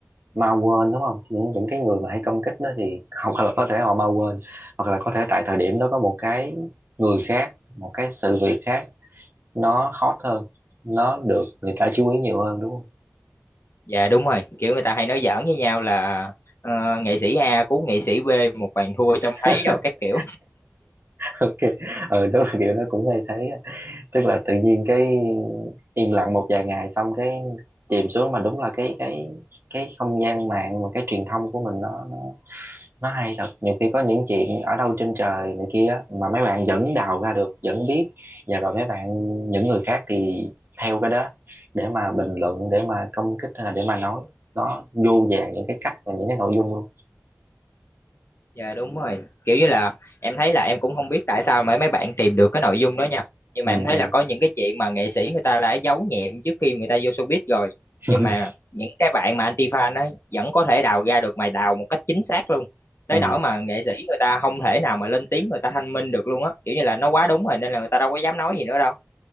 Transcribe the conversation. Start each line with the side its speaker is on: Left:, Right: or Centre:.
Right: mau quên đúng không những những cái người mà hay công kích đó thì hoặc là có thể họ mau quên hoặc là có thể tại thời điểm đó có một cái người khác một cái sự việc khác nó hot hơn nó được người ta chú ý nhiều hơn đúng không
Left: Dạ đúng rồi, kiểu người ta hay nói giỡn với nhau là ờ, nghệ sĩ A cứu nghệ sĩ B một bàn thua trông
Right: <laughs>
Left: thấy rồi các kiểu.
Right: ok ừ đúng là kiểu nó cũng hay thấy á. tức là tự nhiên cái im lặng một vài ngày xong cái chìm xuống mà đúng là cái cái cái không gian mạng và cái truyền thông của mình nó nó nó hay thật nhiều khi có những chuyện ở đâu trên trời này kia á, mà mấy bạn vẫn đào ra được vẫn biết và rồi mấy bạn những người khác thì theo cái đó để mà bình luận để mà công kích hay là để mà nói nó vô vàn những cái cách và những cái nội dung luôn
Left: Dạ đúng rồi. Kiểu như là em thấy là em cũng không biết tại sao mà mấy bạn tìm được cái nội dung đó nha. Nhưng
Right: ừ
Left: mà em thấy
Right: ừ
Left: là có những cái chuyện mà nghệ sĩ người ta đã giấu nhẹm trước khi người ta vô showbiz rồi.
Right: <laughs>
Left: Nhưng mà những cái bạn mà anti-fan á vẫn có thể đào ra được mày đào một cách chính xác luôn. Tới
Right: ừ
Left: nỗi mà nghệ sĩ người ta không thể nào mà lên tiếng người ta thanh minh được luôn á. Kiểu như là nó quá đúng rồi nên là người ta đâu có dám nói gì nữa đâu.